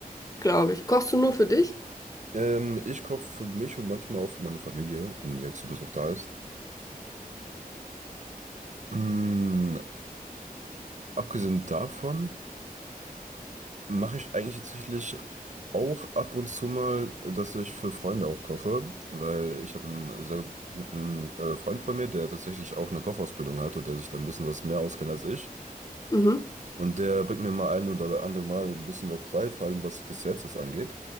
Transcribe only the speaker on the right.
Ähm, ich koche für mich und manchmal auch für meine Familie, wenn die halt zu Besuch da ist. Mm, Abgesehen davon mache ich eigentlich tatsächlich auch ab und zu mal, dass ich für Freunde auch koche, weil ich habe einen sehr guten äh, Freund von mir, der tatsächlich auch eine Kochausbildung hat und der sich da ein bisschen was mehr auskennt als ich.
Und der bringt mir mal ein oder andere Mal ein bisschen was bei, vor allem was Desserts das angeht.